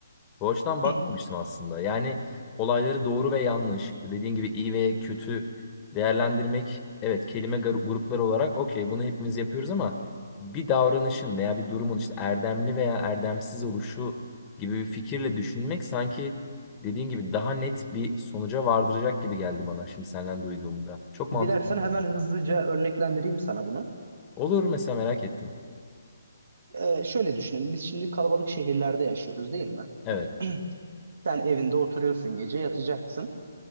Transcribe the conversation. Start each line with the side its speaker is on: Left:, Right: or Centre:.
Left: Bu açıdan
Right: <clears throat>
Left: bakmamıştım aslında. Yani olayları doğru ve yanlış, dediğin gibi iyi ve kötü değerlendirmek, evet kelime gar- grupları olarak okey bunu hepimiz yapıyoruz ama bir davranışın veya bir durumun işte erdemli veya erdemsiz oluşu gibi bir fikirle düşünmek sanki dediğin gibi daha net bir sonuca vardıracak gibi geldi bana şimdi senden duyduğumda. Çok mantıklı
Right: Dilersen hemen
Left: dedim.
Right: hızlıca örneklendireyim sana bunu.
Left: Olur mesela merak ettim.
Right: Ee, şöyle düşünelim. Biz şimdi kalabalık şehirlerde yaşıyoruz değil mi?
Left: Evet.
Right: <clears throat> Sen evinde oturuyorsun, gece yatacaksın.